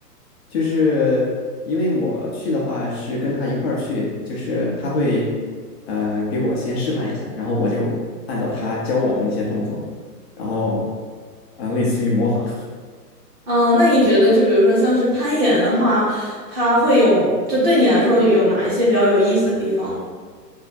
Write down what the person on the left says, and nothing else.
就是因为我去的话是跟他一块儿去，就是他会，呃，给我先示范一下，然后我就按照他教我的那些动作，然后，呃，类似于模仿。